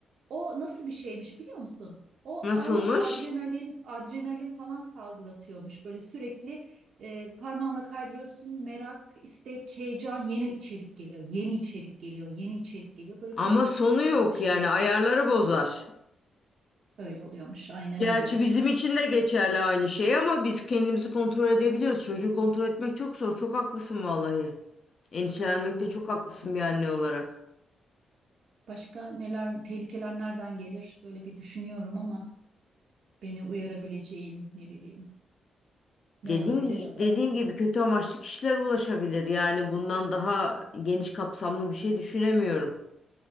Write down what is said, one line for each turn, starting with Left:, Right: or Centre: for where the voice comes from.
Right: O nasıl bir şeymiş biliyor musun? O
Left: Nasılmış?
Right: anlık adrenalin, adrenalin falan salgılatıyormuş. Böyle sürekli e, parmağınla kaydırıyorsun. Merak, istek, heyecan, yeni içerik geliyor. Yeni içerik geliyor, yeni içerik geliyor. Böyle
Left: Ama
Right: çocuğu
Left: sonu
Right: tüketime
Left: yok
Right: alıştıra.
Left: yani ayarları bozar.
Right: Öyle oluyormuş, aynen
Left: Gerçi
Right: öyle.
Left: bizim için de geçerli aynı şey ama biz kendimizi kontrol edebiliyoruz. Çocuğu kontrol etmek çok zor. Çok haklısın vallahi. Endişelenmekte
Right: Bu-
Left: çok haklısın
Right: Evet.
Left: bir anne olarak.
Right: Başka neler, tehlikeler nereden gelir? Böyle bir düşünüyorum ama beni uyarabileceğin ne bileyim ne
Left: Dediğim,
Right: olabilir?
Left: gi- dediğim gibi kötü amaçlı kişiler ulaşabilir. Yani bundan daha geniş kapsamlı bir şey düşünemiyorum.